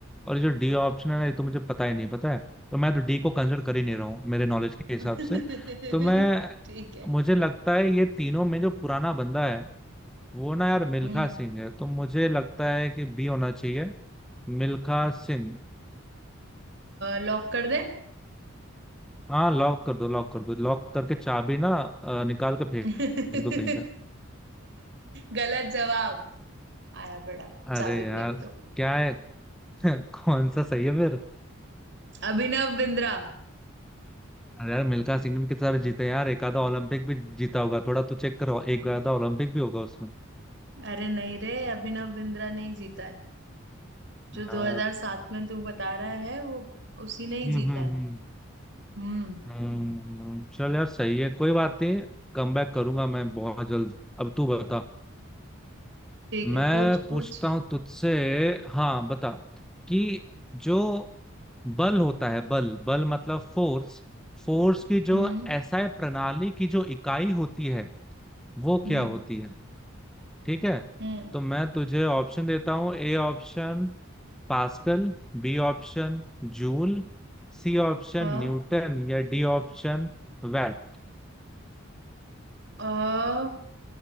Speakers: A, in the centre; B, on the right.
A: और ये जो डी ऑप्शन है ना, ये तो मुझे पता ही नहीं पता है तो मैं तो डी को कंसिडर कर ही नहीं रहा हूँ मेरे नॉलेज के हिसाब
B: <laughs>
A: से तो मैं
B: ठीक है
A: मुझे लगता है ये तीनों में जो पुराना बंदा है वो ना यार मिल्खा
B: हम्म
A: सिंह है तो मुझे लगता है कि बी होना चाहिए मिल्खा सिंह
B: लॉक कर दे
A: हाँ लॉक कर दो लॉक कर दो लॉक करके चाबी ना अ, निकाल के फेंक
B: <laughs>
A: फेंक दो कहीं पे
B: गलत जवाब आया बड़ा
A: अरे
B: चाबी
A: यार
B: फेंक दो
A: क्या है <laughs> कौन सा सही है फिर
B: अभिनव बिंद्रा
A: अरे यार मिल्खा सिंह ने कितने सारे जीते यार एक आधा ओलंपिक भी जीता होगा थोड़ा तू चेक करो एक आधा ओलंपिक भी होगा उसमें
B: अरे नहीं रे अभिनव बिंद्रा नहीं जीता है जो
A: यार
B: 2007 में तू बता रहा है वो उसी ने ही
A: हम्म
B: जीता
A: हम्म
B: है हम्म
A: हम्म हम्म, चल यार सही है कोई बात नहीं कम बैक करूंगा मैं बहुत जल्द अब तू बता
B: ठीक
A: मैं
B: है पूछ
A: पूछता
B: पूछ
A: हूँ तुझसे हाँ बता कि जो बल होता है बल बल मतलब फोर्स फोर्स की जो
B: हम्म
A: एसआई प्रणाली की जो इकाई होती है वो
B: हम्म
A: क्या होती है ठीक है
B: हम्म
A: तो मैं तुझे ऑप्शन देता हूँ A option pascal B option joule C option
B: हाँ
A: newton या डी ऑप्शन वैट
B: आ,